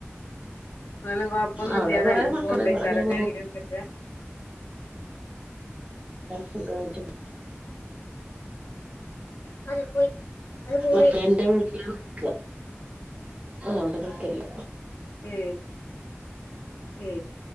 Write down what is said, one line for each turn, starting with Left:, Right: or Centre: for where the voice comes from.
Left: അല്ലും കൊഴപ്പൊന്നുംല്ല
Right: അവിടെ
Left: അത
Right: കൊറേ മക്കള്
Left: പോണ്ട
Right: ഇവിടെ
Left: വക്കാറല്ലെന
Right: ഞങ്ങള്
Left: എന്തക്ക <inaudible>
Right: സുഖമായിട്ടും
Left: അത് പോയി അത് പോയി
Right: പക്ഷേ എന്റെ വീട്ടില് വിക്ക അവിടെ വക്കില്ല
Left: ഏ ഏ